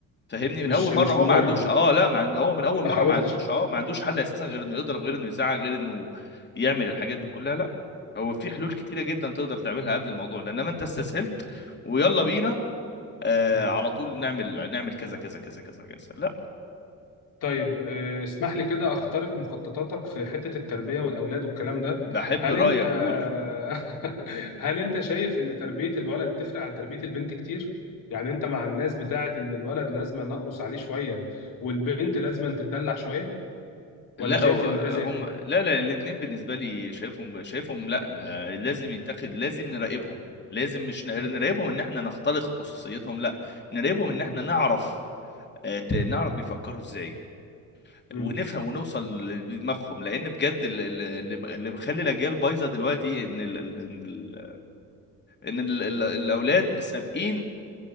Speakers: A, on the left (about 30°); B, on the left (about 65°).
A: فهمني
B: مش
A: من اول
B: مش
A: مره هو
B: مبرر
A: ما عندوش اه لا ما عنده هو من اول
B: ما
A: مره
B: حاولتش
A: ما عندوش
B: حتى
A: اه ما عندوش حل اساسا غير انه يضرب غير انه يزعق غير انه يعمل الحاجات
B: مم،
A: دي كلها لا هو في حلول كتيره جدا تقدر تعملها قبل الموضوع ده انما انت استسهلت ويلا بينا آه
B: مم،
A: على طول نعمل نعمل كذا كذا كذا كذا كذا لا
B: طيب آه، اسمح لي كده اخترق مخططاتك في حتة التربية والأولاد والكلام ده
A: بحب
B: هل
A: رايك
B: انت
A: قول
B: <laughs> هل انت شايف ان تربية الولد تفرق عن تربية البنت كتير؟ يعني انت مع الناس بتاعة ان الولد لازم نقرص عليه شوية والبنت لازم تتدلع شوية ولا
A: لا
B: شايف
A: هو-
B: ان ده زي
A: هم
B: ده؟
A: لا لا الاثنين بالنسبه لي شايفهم شايفهم لا آه، لازم يتاخد لازم نراقبهم لازم مش نر-
B: مم.
A: نراقبهم ان احنا نخترق خصوصيتهم لا نراقبهم ان احنا
B: مم.
A: نعرف آه، ت- نعرف بيفكروا ازاي
B: مم.
A: ونفهم ونوصل ل- لدماغهم لان بجد ال- ال- اللي اللي مخلي الاجيال بايظه دلوقتي ان ال ال- ان ال ان ال ال الاولاد سابقين